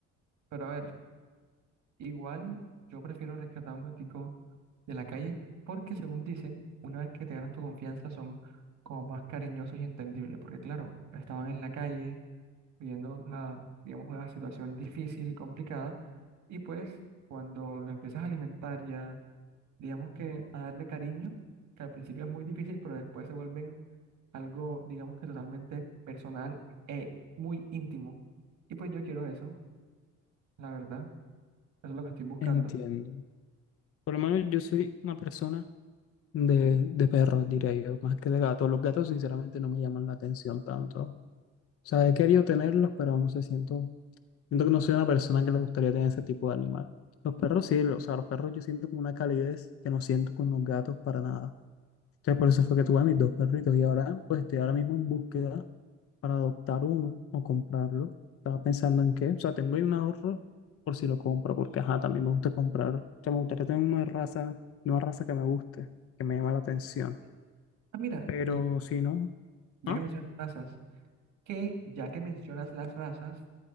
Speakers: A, on the right (about 75°); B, on the left (about 50°).
A: Pero a ver, igual yo prefiero rescatar a un gatico de la calle porque según dicen, una vez que te ganas tu confianza son como más cariñosos y entendibles. Porque claro, estaban en la calle viviendo una, digamos, una situación difícil y complicada y pues cuando lo empiezas a alimentar y a, digamos que a darle cariño, que al principio es muy difícil, pero después se vuelven algo, digamos que totalmente personal e muy íntimo. Y pues yo quiero eso, la verdad. Eso es lo que estoy buscando.
B: Entiendo. Por lo menos yo soy una persona de, de perros, diría yo, más que de gatos. Los gatos, sinceramente, no me llaman la atención tanto. O sea, he querido tenerlos, pero no sé, siento, siento que no soy una persona que le gustaría tener ese tipo de animal. Los perros sí, o sea, los perros yo siento como una calidez que no siento con los gatos para nada. Entonces, por eso fue que tuve a mis dos perritos y ahora, pues estoy ahora mismo en búsqueda para adoptar uno o comprarlo. Estaba pensando en qué, o sea, tengo ahí un ahorro por si lo compro, porque ajá, también me gusta comprar. O sea, me gustaría tener una raza, una raza que me guste, que me llama la atención
A: Eh, Ah, mira,
B: pero
A: ya,
B: si no,
A: ya
B: ¿ah?
A: que mencionas razas, que ya que mencionas las razas,